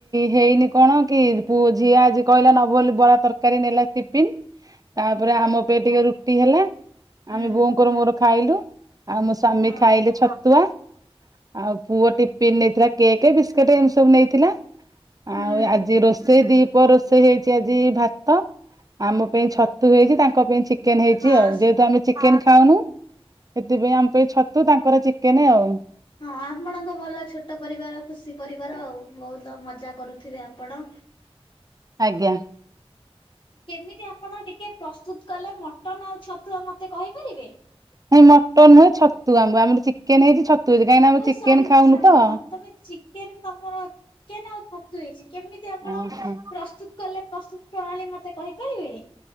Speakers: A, on the right (about 35°); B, on the left (about 60°).
A: ହେଇନି କଣ କି ପୁଅ ଝିଅ ଆଜି କହିଲା ନବ ବୋଲି ବରା ତରକାରୀ ନେଲା ଟିପନ୍। ତାପରେ
B: ଆଜ୍ଞା
A: ଆମ ପାଇଁ ଟିକେ ରୁଟି ହେଲା
B: ହୁଁ
A: ଆମେ ବୋଉଙ୍କର ମୋର ଖାଇଲୁ। ଆଉ ମୋ ସ୍ୱାମୀ
B: ହଁ
A: ଖାଇଲେ ଛତୁଆ, ଆଉ ପୁଅଟି ପିନ୍ ନେଇଥିଲା କେକ୍, ବିସ୍କେଟ ଏମିତି ସବୁ ନେଇଥିଲା,
B: ହୁଁ
A: ଆଉ ଆଜି ରୋଷେଇ ଦି ପର ରୋଷେଇ ହେଇଛି ଆଜି ଭାତ, ଆମ ପାଇଁ ଛତ ତୁ ହେଇଛି, ତାଙ୍କ ପାଇଁ ଚିକେନ ହେଇଛି
B: ହଁ।
A: ଆଉ ଯେହେତୁ ଆମେ ଚିକେନ ଖାଉନୁ। ସେଥିପାଇଁ ଆମ ପାଇଁ ଛତୁ, ତାଙ୍କର ଚିକେନ ଆଉ।
B: ହଁ ଆପଣଙ୍କ ଭଲ ଛୋଟ ପରିବାର ଖୁସି ପରିବାର ଆଉ ବହୁତ ମଜା କରୁଥିବେ ଆପଣ।
A: ଆଜ୍ଞା।
B: କେମିତି ଆ ଆପଣ ଟିକେ ପ୍ରସ୍ତୁତ କଲେ ମଟନ୍ ଆଉ ଛତୁ ଆ ମତେ କହିପାରିବେ?
A: ନାଇଁ ମଟନ ନୁହେଁ ଛତୁ ଆମ ଆମର ଚିକେନ ହେଇଛି ଛତୁ ହେଇଛି କାହିଁକି ନା, ଆମ
B: ଓ
A: ଚିକେନ
B: ସରି
A: ଖାଉନୁ
B: ସରି
A: ତ?
B: ହଁ ତମେ ଚିକ କେନ ତମର ଚିକେନ ଆଉ ଛତୁ ହେଇଛି କେମିତି? ତି ଆପଣ
A: ଓହୋ
B: ପ୍ରସ୍ତୁତ କଲେ ପ୍ରସ୍ତୁତ ପ୍ରଣାଳୀ ମତେ କହିପାରିବେ?